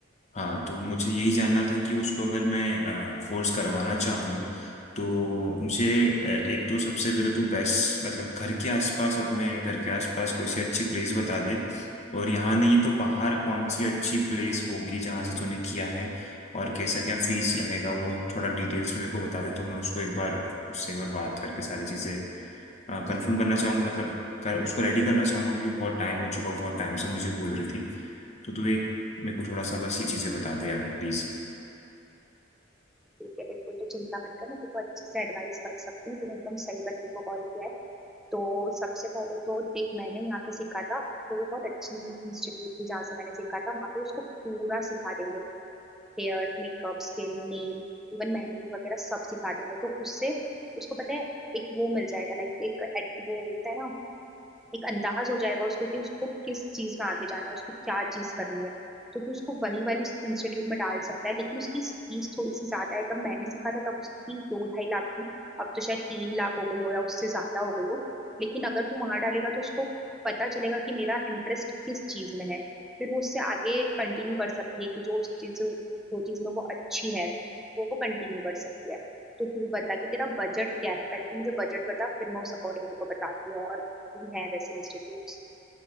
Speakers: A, on the left; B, in the centre.
A: हाँ तो मुझे यही जानना था कि उसको अगर मैं कोर्स करवाना चाहूँ तो मुझे अ, एक तो सबसे पहले तो बेस्ट मतलब घर के आसपास अपने घर के आसपास कोई सी अच्छी प्लेस बता दे और यहाँ नहीं है तो बाहर कौन सी अच्छी प्लेस होगी जहाँ से तूने किया है और कैसा क्या फीस रहेगा वो थोड़ा डिटेल्स में मेरे को बता दे तो मैं उसको एक बार उससे एक बार बात करके सारी चीज़ें कंफर्म करना चाहूँगा मतलब कर, उसको रेडी करना चाहूँगा क्योंकि बहुत टाइम हो चुका बहुत टाइम से मुझे बोल रही थी तो तू एक मेरे को थोड़ा सा बस ये चीजें बता दे यार प्लीज
B: ठीक है बिल्कुल तो चिंता मत कर मैं तुझको अच्छे से एडवाइस कर सकती हूँ तूने एकदम सही बंदी को कॉल किया है तो सबसे पहले तो एक मैंने यहाँ पे सीखा था तो वो बहुत अच्छी इंस्टीट्यूट थी जहाँ से मैंने सीखा था वहाँ पे उसको पूरा सिखा देंगे hair makeup skin nail even मेहंदी वगैरह सब सिखा देंगे तो उससे उसको पता है एक वो मिल जाएगा लाइक एक एड- वो होता है ना एक अंदाज हो जाएगा उसको कि उसको किस चीज में आगे जाना है उसको क्या चीज करनी है तो तू उसको वही वाली इंस्टीट्यूट में डाल सकता है लेकिन उसकी फीस थोड़ी सी ज्यादा है जब मैंने सीखा था तब उसकी फीस दो ढाई लाख थी अब तो शायद तीन लाख हो गई हो या उससे ज्यादा हो गई हो लेकिन अगर तू वहां डालेगा तो उसको पता चलेगा कि मेरा इंटरेस्ट किस चीज में है फिर वो उससे आगे कंटिन्यू कर सकती है कि जो उस चीज जो चीज में वो अच्छी है वो वो कंटिन्यू कर सकती है तो तू बता कि तेरा बजट क्या है पहले तो मुझे बजट बता फिर मैं उस अकॉर्डिंग तेरे को बताती हूँ और भी है वैसे इंस्टीट्यूट्स